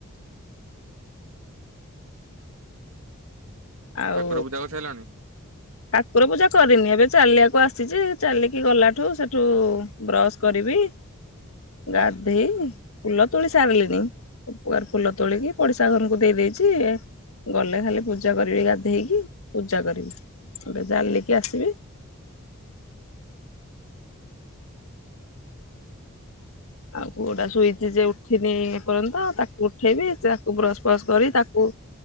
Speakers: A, on the left; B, on the right.
A: ଆଉ
B: ଠାକୁର ପୂଜା କରି ସାଇଲାଣି।
A: ଠାକୁର ପୂଜା କରିନି ଏବେ ଚାଲିବାକୁ ଆସିଛି ଯେ ଚାଲିକି ଗଲାଠୁ ସେଠୁ ବ୍ରଶ କରିବି ଗାଧେଇ ଫୁଲ ତୋଳି ସାରିଲିଣିି। ସବୁ ପ୍ରକାର ଫୁଲ ତୋଳିକି ପଡିଶା ଘରକୁ ଦେଇଦେଇଛି- ଗଲେ ଖାଲି ପୂଜା କରିବି ଗାଧେଇକି ପୂଜା କରିବି ଏବେ ଜାଲିକି ଆସିବି। ଆଉ ପୁଅଟା ସୁଇଛି ଯେ ଉଠିନି ଏପର୍ଯ୍ୟନ୍ତ ତାକୁ ଉଠେଇବି ସେ ତାକୁ ବ୍ରସ ଫ୍ରସ୍ କରି ତାକୁ